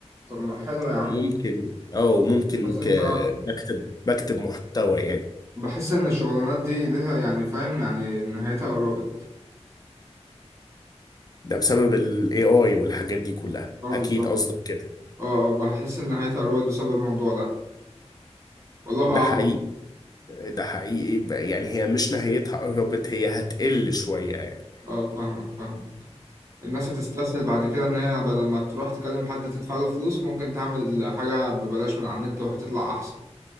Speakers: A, on the right; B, on the left.
A: طب ما حلو يا
B: وممكن
A: عم
B: اه ممكن
A: بس
B: ك...
A: انت
B: بكتب بكتب محتوى يعني
A: بحس ان الشغلانات دي ليها يعني فاهم يعني نهايتها قربت
B: ده بسبب الاي اي والحاجات دي كلها
A: اه بالظبط
B: اكيد قصدك كده
A: اه اه بحس ان نهايتها قربت بسبب الموضوع ده والله
B: ده
A: اعلم
B: حقيقي ده حقيقي ب- يعني هي مش نهايتها قربت هي هتقل شويه يعني
A: اه فاهمك فاهمك الناس هتستسهل بعد كده ان هي بدل ما تروح تكلم حد تدفع له فلوس ممكن تعمل حاجة ببلاش من على النت وهتطلع احسن